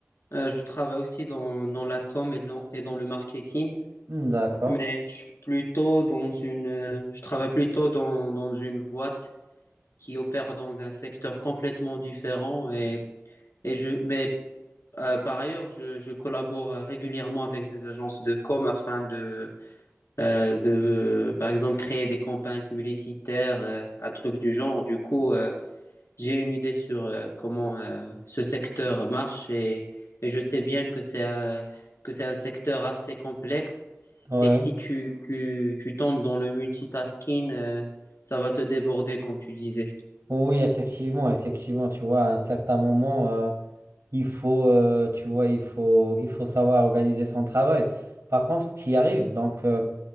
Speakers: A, on the left; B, on the right.
A: Euh, je travaille aussi dans, dans la com et, de l'en- et dans le marketing,
B: Hmm, D'accord.
A: mais je suis plutôt dans une, euh, je travaille plutôt dans, dans une boîte qui opère dans un secteur complètement différent. Et, et je, mais euh, par ailleurs, je, je collabore euh, régulièrement avec des agences de com afin de, euh, de, par exemple, créer des campagnes publicitaires, euh, un truc du genre. Du coup, euh, j'ai une idée sur euh, comment euh, ce secteur marche et, et je sais bien que c'est un, que c'est un secteur assez complexe.
B: Ouais.
A: Et si tu, tu, tu tombes dans le multitasking, euh, ça va te déborder, comme tu disais.
B: Oui, effectivement, effectivement, tu vois, à un certain moment, euh, il faut, euh, tu vois, il faut, il faut savoir organiser son travail. Par contre, tu y arrives. Donc, euh,